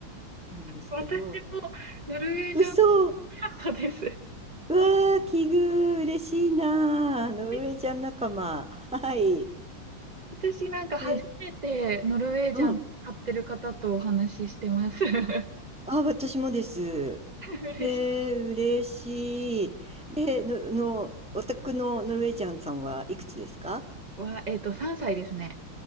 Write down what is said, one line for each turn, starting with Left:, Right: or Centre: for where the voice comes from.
Centre: なんですけど、
Right: 私もノルウェージャン
Centre: 嘘わ
Right: カットです。
Centre: ー、奇遇、嬉しいなー。ノルウェージャン仲間。
Right: そうです
Centre: はい。
Right: 私なんか初めてノルウェージャン飼ってる方とお話ししてます。
Centre: えうん。
Right: <laughs> え
Centre: あ、私もです。
Right: ー、嬉しい。
Centre: えー、嬉しい。えー、の、の、お宅のノルウェージャンさんはいくつですか
Right: わ、えっと、3歳ですね。